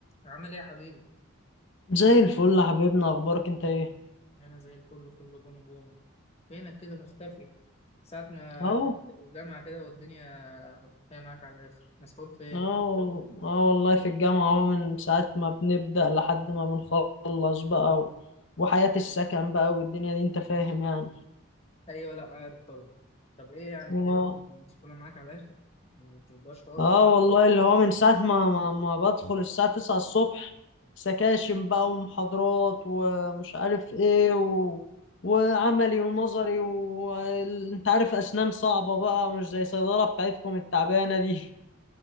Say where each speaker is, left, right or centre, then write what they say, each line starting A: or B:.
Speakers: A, on the left (about 30°); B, on the left (about 60°).
A: عامل ايه يا حبيبي؟
B: زي الفل يا حبيبنا اخبارك انت ايه
A: انا زي الفل كله بونو بونو فينك كده مختفي ساعة ما
B: اهو
A: رجعت الجامعة كده والدنيا مختفية معاك على الآخر مسحول في ايه؟
B: اه والله اه والله في الجامعة اهو من ساعة ما بنبدأ لحد ما بنخلص بقى و... وحياة السكن بقى والدنيا دي انت فاهم يعني
A: أيوة لأ عارف طبعا طب ايه يعني
B: اه
A: الدنيا مسحولة معاك على الآخر؟ ما بتقدرش خالص
B: اه والله اللي هو من ساعة ما ما, ما بدخل الساعة 9 الصبح سكاشن بقى ومحاضرات ومش عارف ايه و... وعملي ونظري وانت عارف اسنان صعبة بقى مش زي صيدلة بتاعتكم التعبانة دي